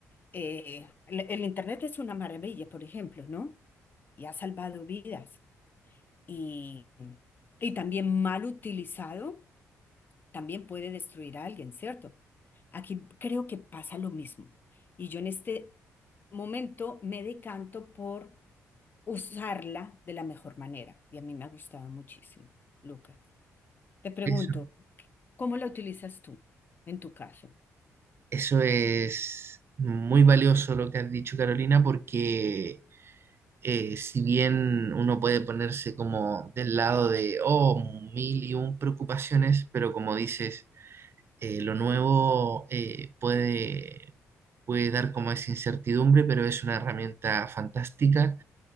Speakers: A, on the left; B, on the right.
A: Eh, el el Internet es una maravilla, por ejemplo, ¿no? Y ha salvado vidas y, y también mal utilizado, también puede destruir a alguien, ¿cierto? Aquí creo que pasa lo mismo. Y yo en este momento me decanto por usarla de la mejor manera. Y a mí me ha gustado muchísimo, Lucas. Te pregunto,
B: Eso,
A: ¿cómo la utilizas tú en tu caso?
B: eso es muy valioso lo que has dicho, Carolina, porque eh, si bien uno puede ponerse como del lado de, oh, mil y un preocupaciones, pero como dices, eh, lo nuevo eh, puede, puede dar como esa incertidumbre, pero es una herramienta fantástica